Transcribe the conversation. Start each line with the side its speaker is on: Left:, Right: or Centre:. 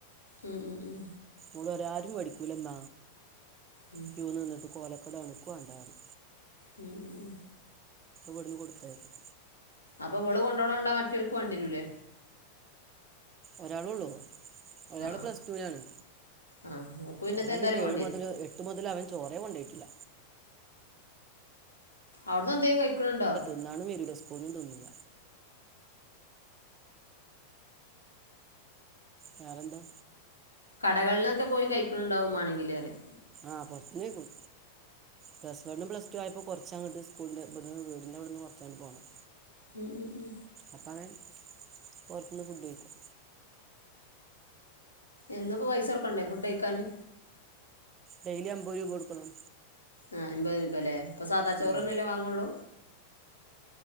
Left: ഉം ഉം ഉം
Right: ഓള് അറിം ആരും വേടിക്കൂലമ്മ
Left: ഉം
Right: ക്യൂ നിന്നിട്ട് കോലക്കേടാണ് ഇക്ക് വാണ്ടാറി
Left: ഉം ഉം ഉം
Right: വിട്ന്ന് കൊട്ത്തയ്ക്കും
Left: അപ്പവള് കൊണ്ടോണണ്ട മറ്റോൽക്ക് വാണ്ട്യരൂല്ലേ.
Right: ഒരാളൊള്ളൂ ഒരാള്
Left: ആ
Right: പ്ലസ് ടൂനാണ്
Left: ആ ആ ഓക്ക് പിന്നത്തെ
Right: ആ
Left: ഏതായാലും
Right: പിന്നെ
Left: വേണ്ടിവരും
Right: ഏഴ് മുതല് എ ട്ട് മുതൽ അവൻ ചോറേ കൊണ്ടെയ്ട്ടില്ല.
Left: അവ്ട്ന്നെന്തേ കൈക്കിണിണ്ടോ?
Right: ഇന്നാണും വരൂല്ല സ്കൂൾന്നും തിന്നൂല. വേറെന്താ
Left: കടകൾനൊക്കെ പോയി കൈക്കിണിണ്ടാവും മാണെങ്കില് അറയാ
Right: ആഹ് പൊറത്തുന്നെയ്ക്കും. പ്ലസ് വണും പ്ലസ് ടു ആയപ്പോ കൊറച്ചങ്ങട്ട് സ്കൂളിന്റെ ഇവിടുന്ന് വീടിന്റെ ഇവിടെന്ന് കൊറച്ചങ്ങോട്ട് പോണം.
Left: ഉം ഉം ഉം
Right: അപ്പ അവൻ പൊറത്തുന്ന് ഫുഡ് കഴിക്കും.
Left: എന്നുപ്പോ പൈസൊട്ക്കണ്ടേ ഫുഡ് കഴിക്കാന്.
Right: ഡെയിലി അമ്പത് രൂപ കൊടുക്കണം.
Left: ആഹ് എമ്പത് രൂപല്ലേ ഇപ്പ സാദാ ചോറന്നെല്ലേ
Right: ഉം.
Left: വാങ്ങൊള്ളൂ.